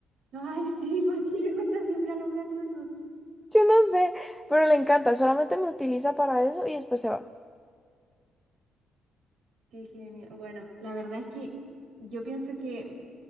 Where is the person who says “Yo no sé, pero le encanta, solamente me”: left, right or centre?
Centre